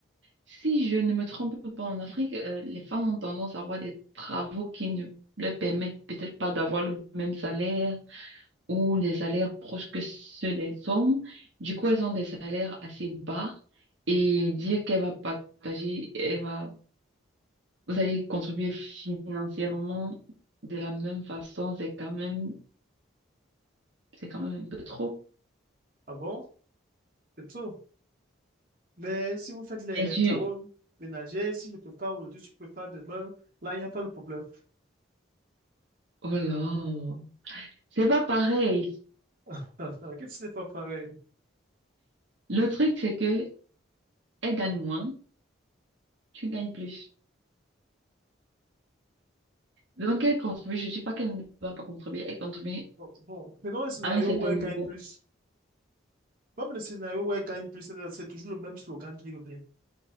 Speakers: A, on the right (about 75°); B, on the right (about 45°).
A: si je ne me trompe pas, en Afrique, euh, les femmes ont tendance à avoir des travaux qui ne leur permettent peut-être pas d'avoir le même salaire ou des salaires proches que ceux des hommes. Du coup, elles ont des salaires assez bas et dire qu'elle va partager, elle va, vous allez contribuer financièrement de la même façon, c'est quand même, c'est quand même un peu trop.
B: Ah bon? C'est tout. Mais si vous faites les
A: Bien sûr.
B: travaux ménagers, si je prépare aujourd'hui, tu prépares demain, là, il n'y a pas de problème.
A: Oh là, c'est pas pareil.
B: <laughs> Qu'est-ce que c'est pas pareil?
A: Le truc, c'est que elle gagne moins, tu gagnes plus. Donc, elle contribue, je ne dis pas qu'elle ne va pas contribuer, elle contribue
B: Bon, bon, prenons un scénario
A: à un certain
B: où elle
A: niveau.
B: gagne plus. Comme le scénario où elle gagne plus, elle- c'est toujours le même slogan qui revient.